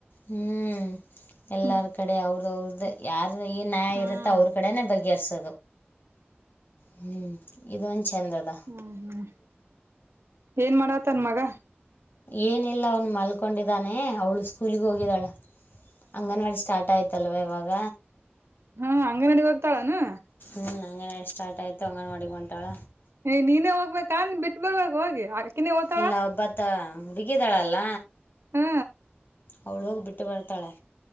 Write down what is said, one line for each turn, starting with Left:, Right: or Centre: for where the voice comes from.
Left: ಹ್ಮ್ ಎಲ್ಲಾರ್
Right: ಹ್ಮ್
Left: ಕಡೆ ಅವ್ರದ ಅವ್ರದ್ದ ಯಾರು ಈ ನ್ಯಾಯ
Right: ಹ್ಮ್
Left: ಇರುತ್ತೆ ಅವ್ರ ಕಡೆನೆ ಬಗೆಹರ್ಸ ಹ್ಮ ಇದು ಹಂದದ
Right: ಹ್ಮ್ ಹ್ಮ್ ಏನ್ ಮಾಡಾತನ್ ಮಗ
Left: ಏನಿಲ್ಲ ಅವ್ನು ಮಲ್ಕೊಂಡಿದ್ದಾನೆ ಅವಳು ಸ್ಕೂಲ್ಗ ಹೋಗಿದಾಳ ಅಂಗನವಾಡಿ ಸ್ಟಾರ್ಟ್ ಆಯ್ತಲ್ವಾ ಇವಾಗ
Right: ಹಾ ಹಂಗೆ ನಡಿ ಹೋಗ್ತಾಳಾನ
Left: ಹ್ಮ್ಮ್ ಅಂಗನವಾಡಿ ಸ್ಟಾರ್ಟ್ ಆಯಿತು ಅಂಗನವಾಡಿ ಹೊಂಟಾಳ
Right: ಏಯ್ ನೀನೇ ಹೋಗ್ಬೇಕಾ ಬಿಟ್ಟ ಬರ್ಬೇಕು ಹೋಗಿ ಓತಾಳ
Left: ಇಲ್ಲ ಒಬ್ಬತ್ತ ಅಂಬಿಗಿ ಅದಾಳಅಲ್ಲ
Right: ಹಾ
Left: ಅವಳು ಹೋಗಿ ಬಿಟ್ಟು ಬರ್ತಾಳೆ